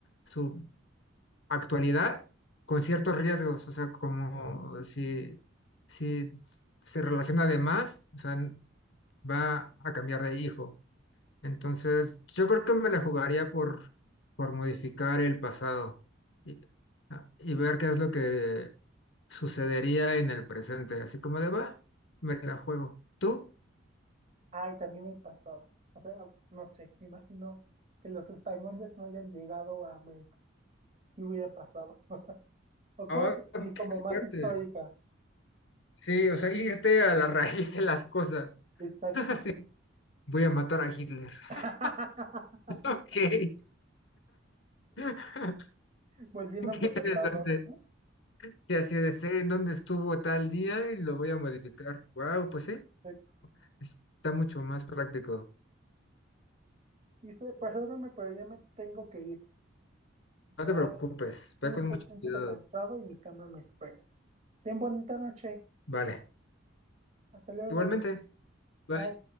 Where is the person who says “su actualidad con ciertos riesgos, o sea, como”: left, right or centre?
Left